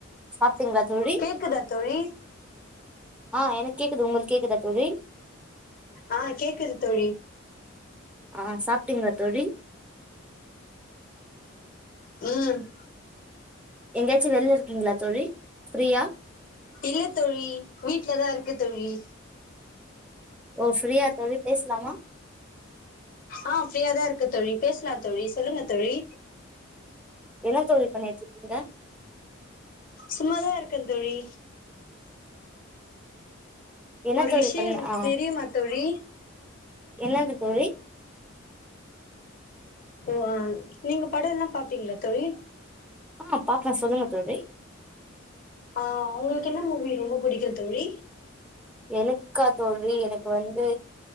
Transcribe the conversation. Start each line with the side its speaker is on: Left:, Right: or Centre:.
Centre: சாப்டீங்ளா தோழி
Left: கேக்குதா தோழி
Centre: ஆ எனக் கேக்குது உங்களுக்கு கேக்குதா தோழி
Left: ஆ கேக்குது தோழி
Centre: ஆ சாப்டீங்களா தோழி
Left: ம்
Centre: எங்கெயாச்சு வெளில இருக்கீங்களா தோழி ஃப்ரீயா
Left: இல்ல தோழி வீட்லதா இருக்கு தோழி
Centre: ஓ ஃப்ரீயா தோழி பேச்லாமா
Left: ஆ ஃப்ரீயா தா இருக்க தோழி பேச்லா தோழி சொல்லுங்க தோழி
Centre: என்ன தோழி பண்ணிட்ருக்கீங்க
Left: சும்மாதா இருக்கே தோழி
Centre: என்ன
Left: ஒரு
Centre: தோழி
Left: விஷய
Centre: பண்ண ஆ
Left: தெரியுமா தோழி
Centre: என்னது தோழி
Left: ஓ அ நீங்க படொ எல்லா பாப்பீங்களா தோழி
Centre: ஆமா பாப்பே சொல்லுங்க தோழி
Left: ஆ உங்களுக்கு என்ன மூவி ரொம்ப பிடிக்கு தோழி
Centre: எனக்கா தோழி எனக்கு வந்து